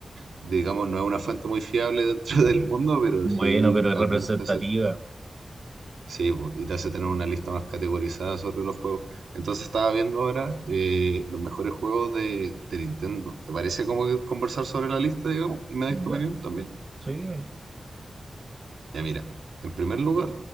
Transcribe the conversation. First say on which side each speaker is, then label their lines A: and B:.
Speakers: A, on the right (about 85°); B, on the right (about 35°).
A: Digamos, no es una fuente muy fiable dentro <laughs> del mundo, pero
B: Bueno,
A: sí
B: pero
A: al
B: es representativa.
A: menos te hace Sí, po, y te hace tener una lista más categorizada sobre los juegos. Entonces estaba viendo ahora eh, los mejores juegos de, de Nintendo. ¿Te parece como que conversar sobre la lista, digamos? Y me das
B: Ya,
A: tu opinión también.
B: sí, dímelo.
A: Ya mira, en primer lugar